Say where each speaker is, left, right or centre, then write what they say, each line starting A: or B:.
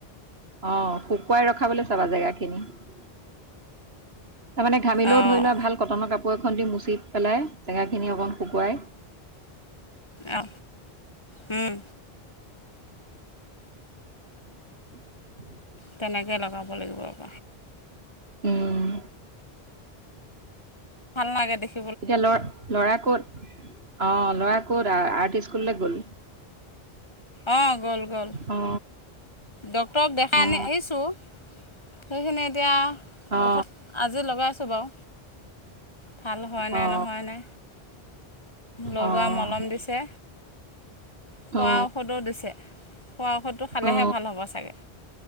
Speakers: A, on the right; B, on the left.
A: অ' শুকুৱাই ৰখাবলৈ চাবা জেগা খিনি। তাৰমানে ঘামিলেও
B: অঁ
A: ধৰি লোৱা ভাল। কটনৰ কাপোৰ এখন দি মুচি পেলাই জেগাখিনি অকণ শুকুৱাই। <inaudible>
B: আ উম
A: <inaudible>
B: তেনেকৈ লগাব লাগিব অক
A: উম
B: ভাল লাগে দেখি।
A: এতিয়া লৰা ল'ৰা ক'ত অ' লৰা আৰ্ট স্কুললৈ গ'ল।
B: অ' গ'ল গ'ল
A: অ
B: ডক্টৰক দেখাই
A: অ
B: আনি আহিছোঁ। সেইখিনি এতিয়া
A: অ
B: ঔষধ আজি লগাইছোঁ বাও ভাল হয়নে
A: অ
B: নহয়নে? লগোৱা
A: অ
B: মলম দিছে খোৱা
A: অ
B: ঔষধো দিছে। খোৱা ঔষধটো খালেহে
A: অ
B: ভাল হ'ব চাগে।